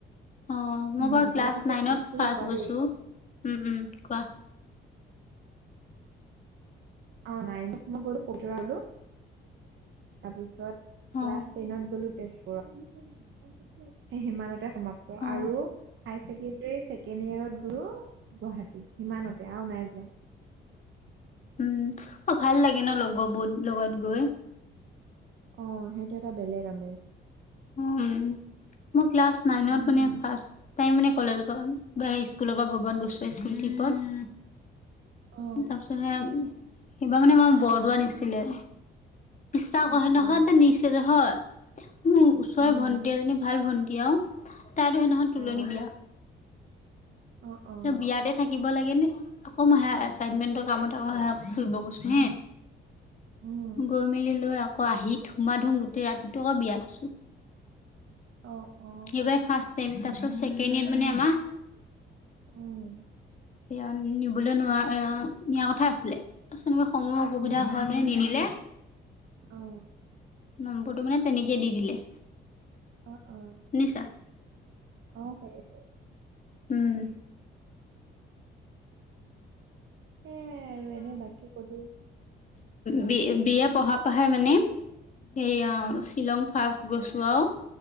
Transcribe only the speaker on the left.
অ' মই
বাৰু ক্লাছ
নাইনত
ফাৰ্ষ্ট
গৈছো।
উ উম কোৱা,
অ',
অ',
উম অ' ভাল লাগে ন লগ বো লগত গৈ।
উম মই ক্লাছ নাইনত
মানে ফাৰ্ষ্ট, তাই মানে কলেজৰ পৰা বা স্কুলৰ পৰা কবাত গৈছো স্কুল ট্ৰিপত।
তাৰপিছত সেয়া সেইবাৰ মানে আমাক বৰদোৱা নিছিলে। বিশ্বাস
কৰা সেইদিনাখন
যে নিছে নহয় ওচৰে
ভণ্টি এজনী ভাল ভণ্টি আৰু, তাইৰটো সেদিনাখন তোলনি
বিয়া।
এ বিয়াতে থাকিব লাগে নে আকৌ মে হেয়া এচাইনমেন্টৰ কামত আকৌ সেয়া ফুৰিব গৈছো হে।
গৈ মেলি লৈ আকৌ আহি ধুমা ধুম গোতেই ৰাতিটো আকৌ বিয়াত আছো।
সেইবাৰ ফাৰ্ষ্ট টাইম তাৰ পিছত ছেকেণ্ডয়েৰত মানে আমাৰ,
সেয়া নিবলৈ নোৱাৰা নিয়াৰ কথা আছিলে। <unintelligible> সময়ৰ অসুবিধা
হয় নে নিনিলে।
নম্বৰটো মানে তেনেকে দি দিলে।
শুনিছা।
উম।
বি বি এ পঢ়া পঢ়াই মানে সেয়া
শ্বিলং ফাৰ্ষ্ট। গৈছোঁ আও